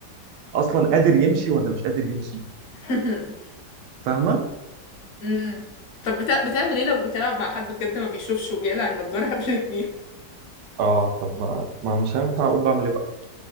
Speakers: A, on the right; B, on the left.
A: اصلا قادر يمشي ولا مش قادر يمشي
B: <laughs>
A: فاهمه
B: امم طب بتا... بتعمل ايه لو بتلعب مع حد بجد ما بيشوفش وبيقلع النضارة قبل الجيم
A: اه طب ما ما مش هينفع اقول بعمل ايه بقى